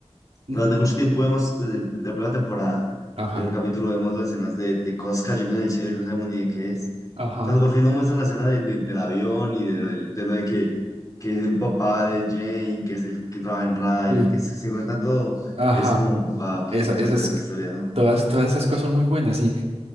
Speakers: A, on the right (about 65°); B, on the left (about 30°).
A: Ujú.
B: Durante mucho tiempo vemos, desde el- la primera temporada,
A: Ajá.
B: el primer capítulo, vemos las escenas de, de cosas cayendo en el cielo y no sabemos ni de qué es.
A: Ajá.
B: Cuando por fin nos muestran la escena de- de- del avión y de, lo del- de lo de que, que es el papá de Jane, que es el que trabaja en radio,
A: Sí.
B: que se, se cuenta todo,
A: Ajá.
B: es como, wow, qué
A: Esa,
B: forma de
A: esas,
B: conectar esa historia, ¿no?
A: todas, todas esas cosas son muy buenas. Y,